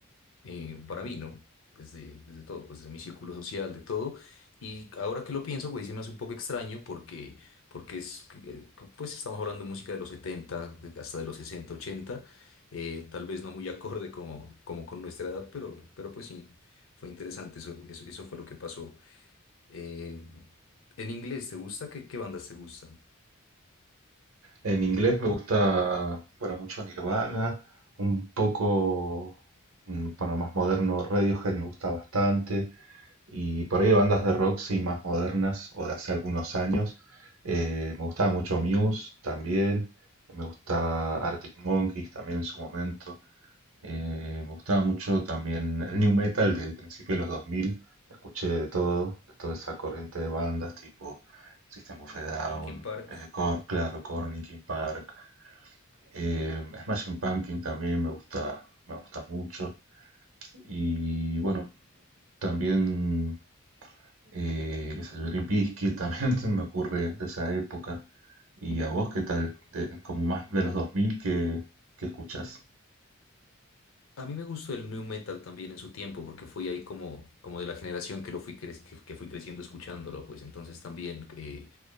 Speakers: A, on the left (about 65°); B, on the right (about 75°).
A: eh, para mí, ¿no? Desde, desde todo, pues desde mi círculo social, de todo. Y ahora que lo pienso, pues sí me hace un poco extraño porque, porque es, que, eh, pues estamos hablando de música de los 70 de- hasta de los 60 80 eh, tal vez no muy acorde como, como con nuestra edad, pero, pero pues sí, fue interesante, eso, eso, eso fue lo que pasó. Eh, en inglés, ¿te gusta? ¿Qué, qué bandas te gustan?
B: En inglés me gusta, bueno, mucho Nirvana, un poco, mm, bueno, más moderno Radiohead me gusta bastante, y por ahí bandas de rock sí más modernas o de hace algunos años. Eh, me gustaba mucho Muse también, me gustaba Arctic Monkeys también en su momento. Eh, me gustaba mucho también el new metal de principios de los 2000. Escuché de todo, de toda esa corriente de bandas tipo System of a Down,
A: Linkin Park.
B: eh, Korn, claro, Korn, Linkin Park, eh, Smashing Pumpkin también me gusta, me gusta mucho. Y bueno, también, eh, qué sé yo, Limp Bizkit <laughs> también se me ocurre de esa época. ¿Y a vos qué tal? De- como más de los 2000 que, que escuchás.
A: A mí me gustó el new metal también en su tiempo, porque fui ahí como, como de la generación que lo fui cre- que, que fui creciendo escuchándolo, pues entonces también eh,